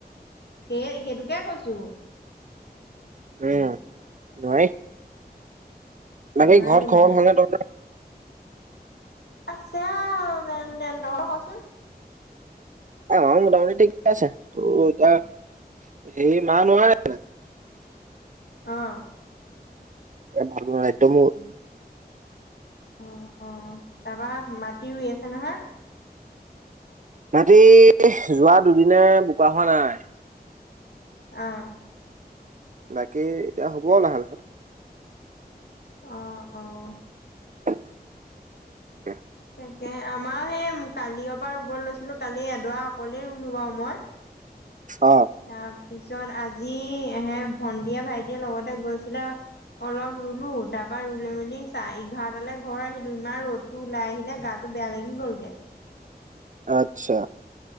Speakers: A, on the left (about 80°); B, on the right (about 50°).
A: এই সেইটোকে কৈছো।
B: উম নোৱাৰি। বাকী
A: নোৱাৰি
B: ঘৰত খবৰ
A: মানে
B: ভাল নে তহঁতৰ?
A: আছে আও যেন তেন, তহঁতৰ কচোন?
B: আমাৰো মোটামুটি ঠিকে আছে ত এটিয়া হেই মা নোৱাৰে।
A: অঁ।
B: এ ভাত বনোৱা দায়িত্ব মোৰ।
A: অ অ তাৰাপা মাটি ৰুই আছে নহয়?
B: মাটি যোৱা দুদিনে বোকা হোৱা নাই।
A: অহ।
B: বাকী এতিয়া হ'ব লাহে লাহে।
A: অঁ অঁ।
B: <inaudible>
A: তাকে আমাৰো সেই কালিয় পৰা ৰুব লৈছিলো কালি এডৰা অকলেই ৰুলো বাও মই।
B: অহ।
A: তাৰপিছত আজি হে ভন্টিয়ে ভাইটিয়ে লগতে গৈছিলে অলপ ৰুলো তাৰপা ৰুলে মেলি চা এঘাৰটালৈ ঘৰ আহিলো ইমান ৰ'দ- তোৰ লাই আহিলে গাটো বেয়া লাগি গ'লগে।
B: আচ্ছা।